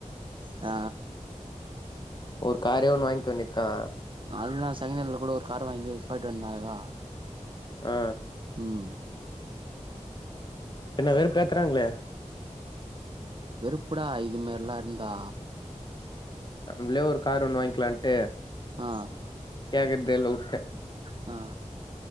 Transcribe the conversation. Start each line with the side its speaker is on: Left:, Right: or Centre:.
Right: ஆ
Left: ஒரு காரே ஒன்னு வாங்கிக்க வேனித்தா
Right: அதுதா செகன்னல்ல கூட ஒரு கார் வாங்கி சொல்டு வந்தா <unintelligible>
Left: ஆ
Right: ம்
Left: என்ன வெறுப்பேத்துறாங்ளே
Right: வெறுப்புடா இது மாரிலா இருந்தா
Left: நம்ளே ஒரு கார் ஒண்ணு வாங்கிலான்ட்டு
Right: ஆ
Left: கேக்ரத்தே இல்ல உட்டே
Right: ஆ